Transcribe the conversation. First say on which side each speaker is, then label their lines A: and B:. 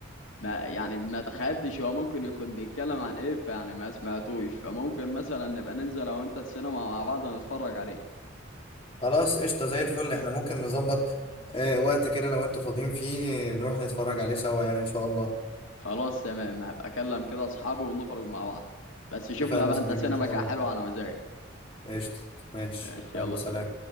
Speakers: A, on the left; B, on the left.
A: ما يعني ما تخيلتش هو ممكن يكون بيتكلم عن ايه فيعني ما سمعتوش فممكن مثلا نبقى ننزل لو انت السينما مع بعض نتفرج عليه
B: خلاص قشطة زي الفل إحنا ممكن نظبط آه وقت كده أنا وأنت فاضيين فيه نروح نتفرج عليه سوا يعني إن شاء الله
A: خلاص تمام هبقى اكلم كده اصحابي ونخرج مع بعض بس شوف
B: اتفقنا
A: لها بقى
B: يا صديقي
A: انت سينما
B: إن شاء
A: كده
B: الله
A: حلوة على مزاجك
B: قشطة ماشي
A: ماشي
B: يلا
A: يلا
B: سلام
A: سلام